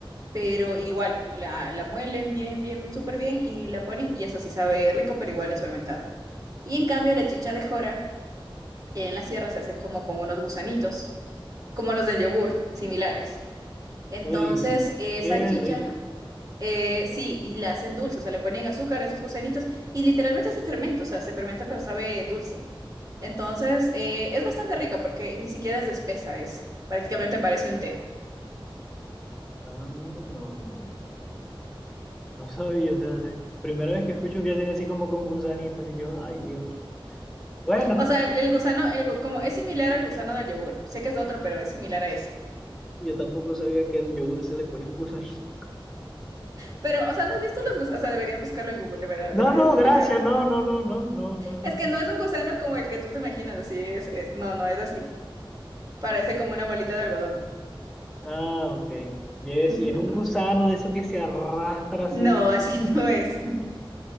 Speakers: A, on the right (about 40°); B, in the centre.
A: pero igual, la, la muelen bien, bien, súper bien y la ponen y esa sí sabe rico, pero igual es fermentada. Y en cambio, la chicha de jora eh, en la sierra se hace como con unos gusanitos, como los del yogur, similares. Entonces,
B: Uy,
A: esa
B: qué
A: chicha,
B: rico.
A: eh, sí, y la hacen dulce, o sea, le ponen azúcar a esos gusanitos y literalmente se fermenta, o sea, se fermenta pero sabe dulce. Entonces, eh, es bastante rica porque ni siquiera es de espesa, es prácticamente parece un té.
B: Ah, no, no, no, no <laughs> sabía, o sea, se- primera vez que escucho que hacen así como con gusanitos y yo, ay Dios. Bueno.
A: O sea, el gusano, el gu- como es similar al gusano del yogur, sé que es otro, pero es similar a ese.
B: Yo tampoco sabía que al yogur se le ponía un gusanito. <laughs>
A: Pero, o sea, ¿no has visto los gusanos? O sea, deberías buscarlo en Google, de verdad,
B: No,
A: deberías
B: no,
A: googlearlo.
B: gracias, no, no, no, no, no, no.
A: Es que no es un gusano como el que tú te imaginas, así es, es- No, no es así. Parece como una bolita de algodón.
B: Ah, ok. Yo decía,
A: <laughs>
B: es un gusano de eso que se arrastra así
A: No, así no es.